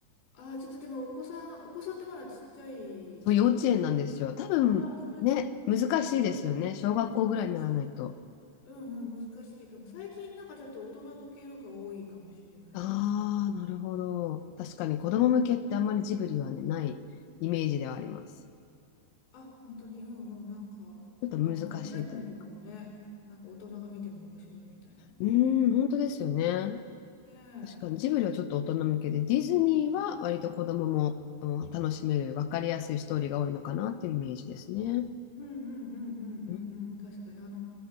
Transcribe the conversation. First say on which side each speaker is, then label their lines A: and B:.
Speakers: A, on the left (about 65°); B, on the left (about 80°).
A: ああ、ちょっとでもお子さん、お子さんってまだちっちゃい。
B: そう、幼稚園なんですよ。多分、
A: ああ、それ、
B: ね、難しいですよね。
A: やっぱち
B: 小学校ぐらいにならないと。
A: ょっと難しい。うんうん、難しいかも。最近なんかちょっと大人向けのが多いかもしれないです。
B: ああ、なるほど。確かに子供向けってあんまりジブリはね、ないイメージではあります。
A: あ、本当に、うんうん、なんか、
B: ちょっと難しいという。
A: あの、かぐや姫とかもね、なんか大人が見ても面白いみたいな。
B: うーん、本当ですよね。
A: ねえ。
B: 確かにジブリはちょっと大人向けで、ディズニーは割と子供も、うん、楽しめる、分かりやすいストーリーが多いのかなっていうイメージですね。
A: うんうんうんうんうんうん。
B: うん
A: 確かに、あの、